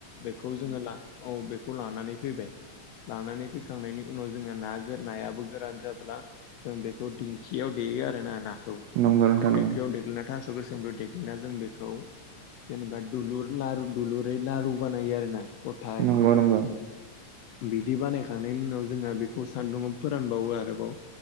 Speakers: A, on the left (about 80°); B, on the right (about 80°).
A: बेखौ जोङो ला औ बेखौ लानानै फैबाय लानानै फैखांनायनि उनाव जोंहा ना नायाबो गोरान जाब्ला जों बेखौ दि दिंखियाव देयो आरोना नाखौ
B: नंगौ नोंथां नंगौ
A: देंखियाव देग्लिना थास सोमदु देग्लिना जों बेखौ जेनेबा दुलुर लारु दुलुरै लारु बानायायो आरो ना गथाहै
B: नंगौ नोंथां
A: बिदि बानायखांनायनि उनाव जोंहा बेखौ सान्दुङाव फोरानबावो आरोबाव